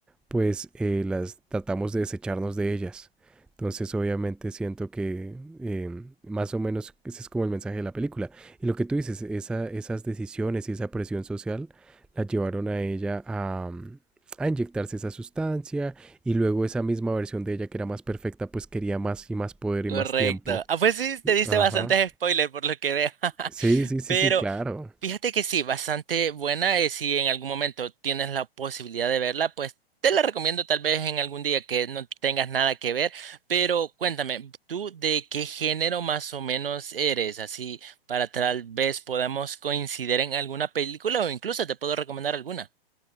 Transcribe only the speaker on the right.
Correcto.
Ah, pues sí, te diste
bastantes spoilers por lo que veo. <laughs>
Pero
Fíjate que sí, bastante buena. eh, si en algún momento tienes la posibilidad de verla, pues te la recomiendo tal vez en algún día que no tengas nada que ver. Pero cuéntame, ¿tú de qué género más o menos eres? Así para tal vez podamos coincidir en alguna película o incluso te puedo recomendar alguna.